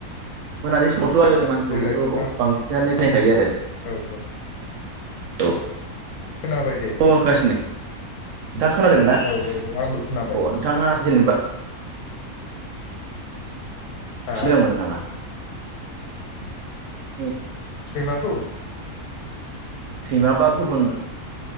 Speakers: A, on the right (about 65°); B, on the left (about 80°).
A: मोनानि थ मानसिफोरखौथ'
B: देलाय नोंथाङा
A: बांसिनानो सिनायखायो आरो
B: औ औ
A: <unintelligible> थ औ
B: खोनाबाय दे
A: आखासिनो <unintelligible> नोंथाङा खोनादों ना अ
B: औ औ आंबो खोनाबाय
A: नोंथाङा जेनेबा
B: हा
A: सिगां मोनो नामा <unintelligible>
B: <inaudible>
A: उम
B: सैमाखौ
A: सैमा बा गुबुन